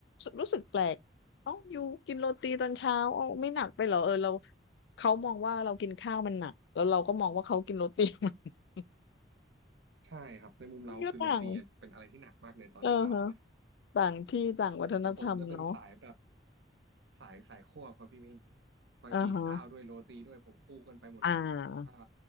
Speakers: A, on the left; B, on the right.
A: รู้สึกแปลกเอ้าอยู่กินโรตีตอนเช้าเอ้าไม่หนักไปเหรอเออเราเขามองว่าเรากินข้าวมันหนักแล้วเราก็มองว่าเขากินโรตี <laughs>
B: ใช่ครับในมุมเราคือโรตีเป็นอะไรที่หนักมากเลยตอนเช้าอ่ะ
A: มันก็ต่างเออฮะต่างที่ต่างวัฒนธรรมเนาะ
B: แต่ผมจะเป็นสายแบบสายสายควบครับพี่มินบางทีข้าวด้วยโรตีด้วยผมคู่กันไปหมดเลยอ่า
A: อ่าฮะอ่า